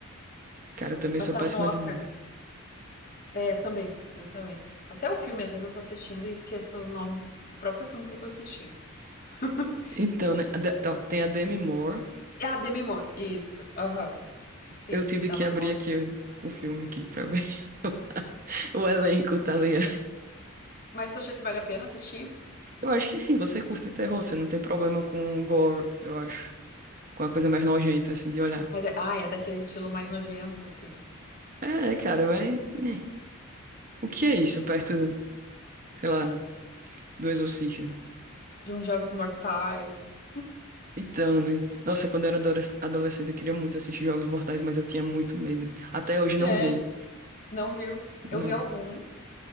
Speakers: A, on the right (about 40°); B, on the left (about 40°).
A: Cara, eu também
B: Mas
A: sou
B: tava
A: péssima
B: no Oscar,
A: de nome.
B: né? É, eu também, eu também. Até o filme, às vezes eu tô assistindo e esqueço o nome do próprio filme que eu tô assistindo. <laughs>
A: Então, né? a de- tá, Tem a Demi Moore.
B: Ah, Demi Moore. Isso. Aham. Sim,
A: Eu tive
B: tava
A: que abrir
B: no Oscar.
A: aqui o filme aqui pra ver <laughs> o elenco, tá ali.
B: Mas tu achou que vale a pena assistir?
A: Eu acho que sim, você curte terror, você não tem problema com o gore, eu acho. Com a coisa mais nojenta, assim, de olhar.
B: Mas é, ah, é daquele estilo mais nojento, assim.
A: É, cara, mas. né, O que é isso perto, sei lá, do Exorcista?
B: De uns Jogos Mortais.
A: Então, né? Nossa, quando eu era adores- adolescente, eu queria muito assistir Jogos Mortais, mas eu tinha muito medo. Até hoje não
B: É,
A: vi.
B: não viu? Eu
A: Não.
B: vi alguns.